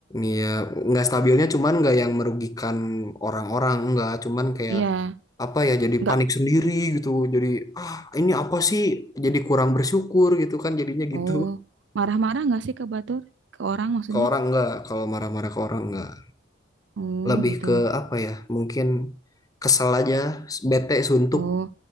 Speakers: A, on the left; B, on the right.
A: iya nggak stabilnya cuman nggak yang merugikan orang-orang, nggak cuman kayak
B: Iya.
A: apa ya jadi
B: Enggak.
A: panik sendiri gitu. Jadi ah ini apa sih? Jadi kurang bersyukur gitu kan jadinya gitu.
B: Oh, marah-marah enggak sih ke Batur? Ke orang
A: <laughs>
B: maksudnya?
A: Ke orang enggak, kalau marah-marah ke orang enggak.
B: Oh,
A: lebih
B: gitu.
A: ke apa ya mungkin kesel aja bete suntuk
B: Oh,